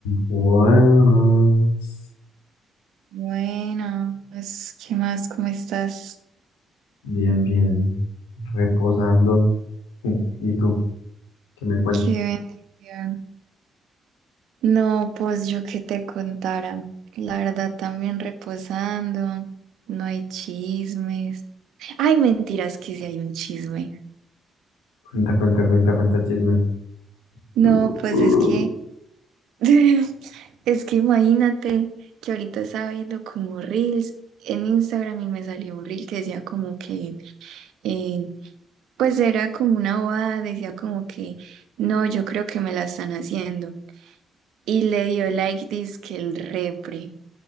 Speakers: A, on the left; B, on the right.
A: Buenas.
B: Bueno, pues, ¿qué más? ¿Cómo estás?
A: Bien, bien. Reposando. ¿Y tú? ¿Qué me cuentas?
B: Qué bendición. No, pues yo que te contara. La verdad, también reposando. No hay chismes. Ay, mentiras, que si hay un chisme.
A: Cuenta, cuenta, cuenta, cuenta chisme.
B: No,
A: Uh,
B: pues es que, <laughs> es que imagínate que ahorita estaba viendo como reels en Instagram y me salió un reel que decía como que, eh, pues era como una bobada, decía como que, no, yo creo que me la están haciendo. y le dio like que el repre.